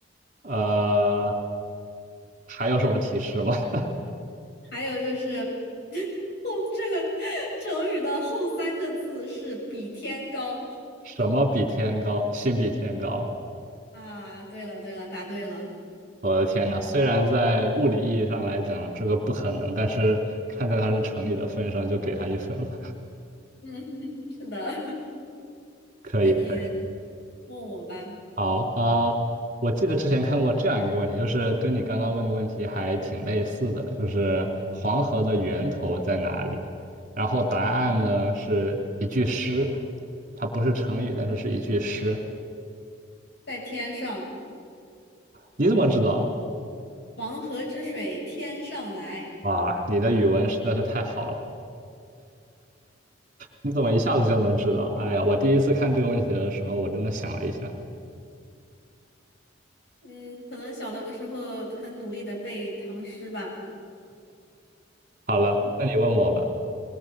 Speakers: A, on the right; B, on the left.
A: 呃，还有什么提示吗？<laughs>
B: 还有就是 <laughs> 后这个成语的后三个字是比天高
A: 什么比天高？心比天高？
B: 啊。对了对了，答对了。
A: 我的天呐，虽然在物理意义上来讲这个不可能，但是看在它是成语的份上，就给它一分吧。
B: 嗯，<laughs> 是的。
A: <laughs>
B: <laughs>
A: 可以，
B: 那你
A: 可以
B: 问我吧，
A: 好啊，呃我记得之前看过这样一个问题，就是跟你刚刚问的问题还挺类似的，就是黄河的源头在哪里？然后答案呢是一句诗，它不是成语，但是是一句诗。
B: 在天上。
A: 你怎么知道？
B: “黄河之水天上来”。
A: 哇，你的语文实在是太好了，你怎么一下子就能知道？哎呀，我第一次看这个问题的时候，我真的想了一下。
B: 嗯，可能小的时候很努力的背唐诗吧。
A: 好了，
B: <laughs>
A: 那你问我吧。